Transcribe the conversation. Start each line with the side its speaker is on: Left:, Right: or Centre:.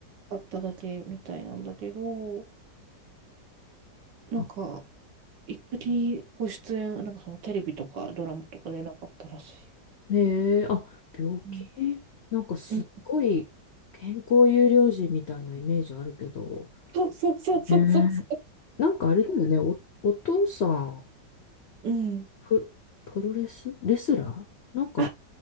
Right: あっただけみたいなんだけど、なんか、
Left: ああ
Right: 一時ご出演、なんかそのテレビとかドラマとかでなかったらしい。
Left: ねえ、あ、病気なんかすっごい健康優良児みたいなイメージあるけど。
Right: うんうん、そうそうそうそうそうそ
Left: ねえなんかあれだよね、お、お父さん、
Right: う。うん。
Left: プ、プロレスレスラーなんか
Right: あ、